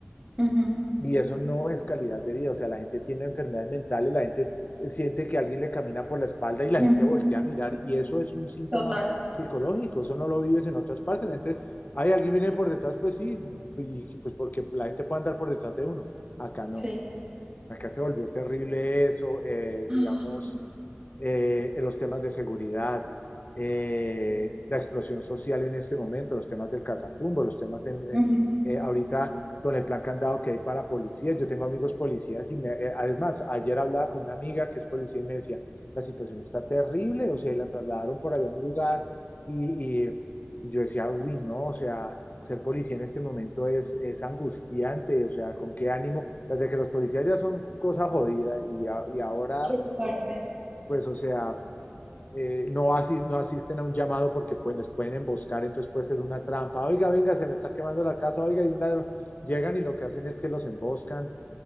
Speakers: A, on the right; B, on the left.
A: Ujú,
B: Y eso no es calidad de vida. O sea, la gente tiene enfermedades mentales, la gente siente que alguien le camina por la espalda y la
A: ujú,
B: gente voltea a mirar y eso es un síntoma
A: Total,
B: psicológico, eso no lo vives en otras partes. La gente, hay alguien viene por detrás, pues sí, y pues porque la gente puede andar por detrás de uno. Acá no.
A: sí.
B: Acá se volvió terrible eso, eh,
A: <gasps>
B: digamos, eh, en los temas de seguridad, eh, la explosión social en este momento, los temas del catatumbo, los temas en, en-
A: Ujú,
B: eh, ahorita con el plan candado que hay para policías. Yo tengo amigos policías y me, eh, además, ayer hablaba con una amiga que es policía y me decía, la situación está terrible, o sea, y la trasladaron por allá a un lugar y, y- y yo decía, uy, no, o sea, ser policía en este momento es, es angustiante, o sea, con qué ánimo, desde que los policías ya son cosa jodida y, a- y ahora,
A: Qué fuerte.
B: pues, o sea, eh, no, asi- no asisten a un llamado porque pues les pueden emboscar, entonces puede ser una trampa, oiga, venga, se me está quemando la casa, oiga, hay un ladrón, llegan y lo que hacen es que los emboscan,